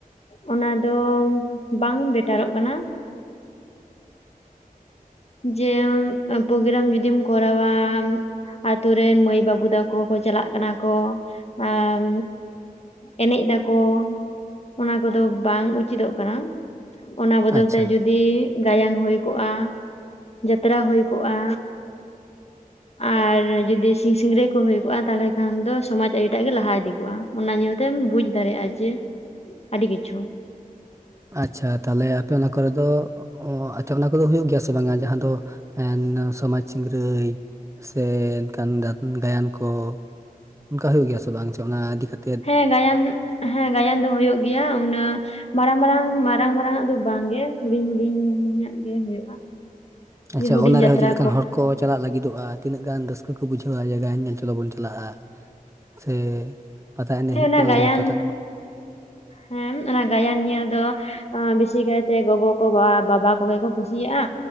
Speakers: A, on the left; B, on the right.
A: ᱚᱱᱟ ᱫᱚ ᱵᱟᱝ ᱵᱮᱴᱟᱨᱚᱜ ᱠᱟᱱᱟ᱾ ᱡᱮ ᱯᱨᱳᱜᱨᱟᱢ ᱡᱩᱫᱤᱢ ᱠᱚᱨᱟᱣᱟᱢ ᱟᱛᱳ ᱨᱮᱱ ᱢᱟᱹᱭ ᱵᱟᱹᱵᱩ ᱛᱟᱠᱚ ᱠᱚ ᱪᱟᱞᱟᱜ ᱠᱟᱱᱟ ᱠᱚ ᱟᱨ ᱮᱱᱮᱡ ᱮᱫᱟᱠᱚ ᱚᱱᱟ ᱠᱚᱫᱚ ᱵᱟᱝ ᱩᱪᱤᱛᱚᱜ ᱠᱟᱱᱟ᱾ ᱚᱱᱟ ᱵᱚᱫᱚᱞᱛᱮ
B: ᱟᱪᱪᱷᱟ
A: ᱡᱩᱫᱤ ᱜᱟᱭᱟᱱ ᱦᱩᱭ ᱠᱚᱜᱼᱟ ᱡᱟᱛᱨᱟ ᱦᱩᱭ ᱠᱚᱜᱼᱟ ᱟᱨ ᱡᱩᱫᱤ ᱥᱤᱝᱼᱥᱤᱝᱨᱟᱹᱭ ᱠᱩ ᱦᱩᱭ ᱠᱚᱜᱼᱟ ᱛᱟᱦᱚᱞᱮ ᱠᱷᱟᱱ ᱫᱚ ᱥᱚᱢᱟᱡ ᱟᱹᱰᱤᱴᱟᱜ ᱜᱮ ᱞᱟᱦᱟ ᱤᱫᱤ ᱠᱚᱜᱼᱟ ᱚᱱᱟ ᱧᱮᱞᱛᱮᱢ ᱵᱩᱡ ᱫᱟᱲᱮᱭᱟᱜᱼᱟ ᱡᱮ ᱟᱹᱰᱤ ᱠᱤᱪᱷᱩ᱾
B: ᱟᱪᱪᱷᱟ ᱛᱟᱦᱚᱞᱮ ᱟᱯᱮ ᱚᱱᱟ ᱠᱚᱨᱮ ᱫᱚ ᱟᱪᱪᱷᱟ ᱚᱱᱟ ᱠᱚᱫᱚ ᱦᱩᱭᱩᱜ ᱜᱮᱭᱟ ᱥᱮ ᱵᱟᱝᱟ ᱡᱟᱦᱟᱸ ᱫᱚ ᱮᱱ ᱥᱚᱢᱟᱡᱽ ᱥᱤᱝᱨᱟᱹᱭ ᱥᱮ ᱮᱱᱠᱟᱱ ᱜᱟᱭᱟᱱ ᱠᱚ? ᱚᱱᱠᱟ ᱦᱩᱭᱩᱜ ᱜᱮᱭᱟ ᱥᱮ ᱵᱟᱝ ᱥᱮ ᱚᱱᱟ ᱤᱫᱤ ᱠᱟᱛᱮ?
A: ᱦᱮᱸ ᱜᱟᱭᱟᱱ ᱦᱮᱸ ᱜᱟᱭᱟᱱ ᱫᱚ ᱦᱩᱭᱩᱜ ᱜᱮᱭᱟ ᱩᱱᱟᱹᱜ ᱢᱟᱨᱟᱝ ᱢᱟᱨᱟᱝ ᱢᱟᱨᱟᱝ ᱢᱟᱨᱟᱝ-ᱟᱜ ᱫᱚ ᱵᱟᱝ ᱜᱮ ᱦᱩᱰᱤᱧ ᱦᱩᱰᱤᱧᱟᱜ ᱜᱮ ᱦᱩᱭᱩᱜᱼᱟ᱾
B: ᱟᱪᱪᱷᱟ
A: ᱡᱮ ᱦᱩᱰᱤᱧ
B: ᱚᱱᱟ ᱨᱮᱦᱚᱸ
A: ᱡᱟᱛᱨᱟ
B: ᱪᱮᱫ ᱞᱮᱠᱟᱱ ᱦᱚᱲ ᱠᱚ ᱪᱟᱞᱟᱜ ᱞᱟᱹᱜᱤᱫᱚᱜᱼᱟ? ᱛᱤᱱᱟᱹᱜ ᱜᱟᱱ ᱨᱟᱹᱥᱠᱟᱹ ᱠᱚ ᱵᱩᱡᱷᱟᱹᱣᱟ ᱡᱮ ᱡᱟᱜᱟ ᱧᱮᱞ ᱪᱚᱞᱚ ᱵᱚᱱ ᱪᱟᱞᱟᱜᱼᱟ ᱥᱮ ᱯᱟᱛᱟ ᱮᱱᱮᱡ
A: ᱦᱮᱸ
B: ᱦᱩᱭᱩᱜ
A: ᱚᱱᱟ
B: ᱠᱟᱱᱟ
A: ᱜᱟᱭᱟᱱ
B: ᱚᱸᱰᱮ ᱯᱟᱛᱟ
A: ᱦᱮᱸ ᱚᱱᱟ ᱜᱟᱭᱟᱱ ᱧᱮᱞᱫᱚ ᱵᱮᱥᱤ ᱠᱟᱭᱛᱮ ᱜᱚᱜᱚ ᱵᱟ ᱵᱟᱵᱟ ᱠᱚᱜᱮ ᱠᱚ ᱠᱩᱥᱤᱭᱟᱜᱼᱟ